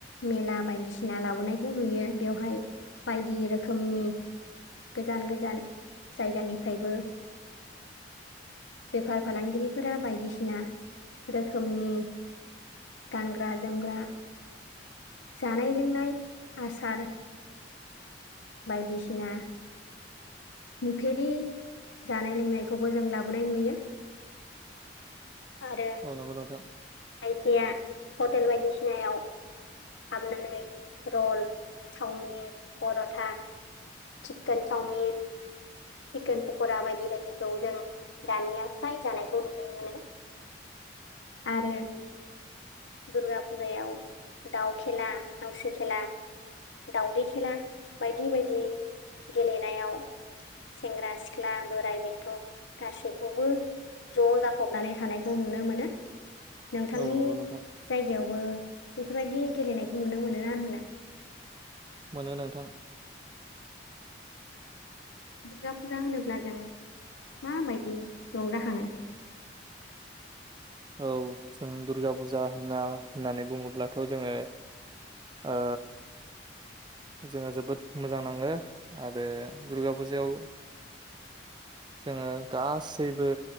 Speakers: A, on the left; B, on the right.
A: मेला बायदिसिना लाबोनायखौ नुयो बेवहाय बायदि रोखोमनि गोजान गोजान जायगानिफ्रायबो बेफार फालांगिरिफोरा बायदिसिना रोखोमनि गानग्रा जोमग्रा जानाय लोंनाय आसार बायदिसिना नुफेरि जानाय लोंनायखौबो जों लाबोनाय नुयो आरो खायसेया
B: औ नंगौ नोंथां
A: हटेल बायदिसिनायाव हाबनानै रल chowmein paratha chicken chowmein chicken pakora बायदि बायदिखौ जों दानिया फ्राय जानायखौ नुनो मोनो आरो दुर्गा फुजायाव दाउ खेला हांसो खेला दावदै खेला बायदि बायदि गेलेनायाव सेंग्रा सिख्ला बोराइ बेन्थ' गासैखौबो ज' जाफबनानै थानायखौ नुनो मोनो नोंथांनि
B: औ नंगौ नोंथां
A: जायगायावबो बेफोरबायदि गेलेनायखौ नुनो मोनो ना मोना।
B: मोनो नोंथां।
A: दुर्गा फुजा होनोब्ला जों माबायदि रंजाखाङो? <inaudible>
B: औ जों दुर्गा फुजा होनना होननानै बुङोब्लाथ' जोङो ओ। जोङो जोबोद मोजां नाङो आरो दुर्गा फुजायाव जोङो गासैबो